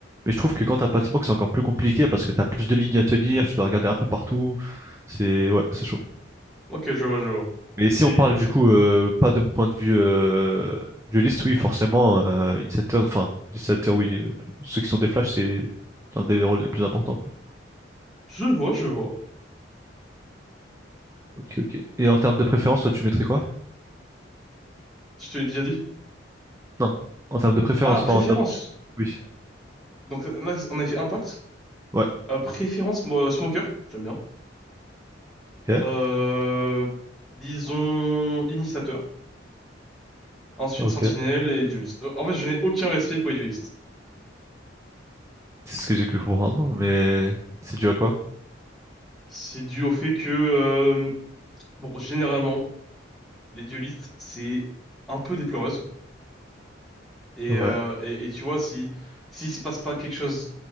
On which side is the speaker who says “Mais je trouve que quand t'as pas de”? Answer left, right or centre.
Right